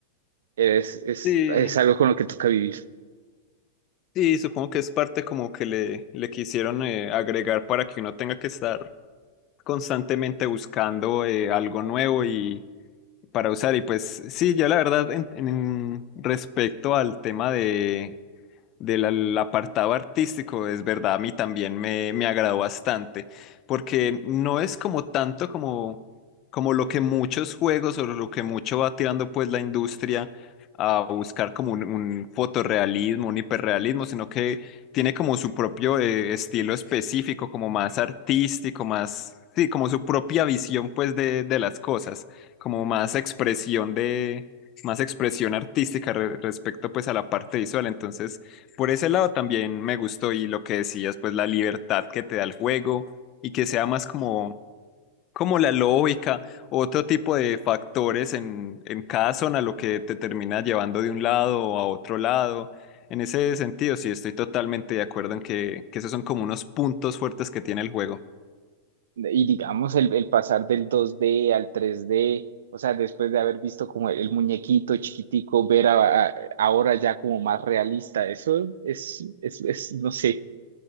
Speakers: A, on the right; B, on the left.
A: es, es,
B: sí,
A: es algo con lo que toca vivir.
B: sí, supongo que es parte como que le, le quisieron eh, agregar para que uno tenga que estar constantemente buscando eh, algo nuevo y para usar. Y pues sí, yo la verdad, en, en- respecto al tema de, del al- apartado artístico, es verdad, a mí también me, me agradó bastante, porque no es como tanto como, como lo que muchos juegos o lo que mucho va tirando pues la industria a buscar como un, un fotorrealismo, un hiperrealismo, sino que tiene como su propio eh, estilo específico, como más artístico, más, sí, como su propia visión pues de, de las cosas como más expresión de, más expresión artística re- respecto pues a la parte visual. Entonces, por ese lado también me gustó y lo que decías, pues la libertad que te da el juego y que sea más como, como la lógica, otro tipo de factores en, en cada zona, lo que te termina llevando de un lado a otro lado. En ese sentido, sí, estoy totalmente de acuerdo en que, que esos son como unos puntos fuertes que tiene el juego.
A: Y digamos, el, el pasar del 2D al 3D, o sea, después de haber visto como el, el muñequito chiquitico, ver a- a- ahora ya como más realista, eso es, es, es, no sé,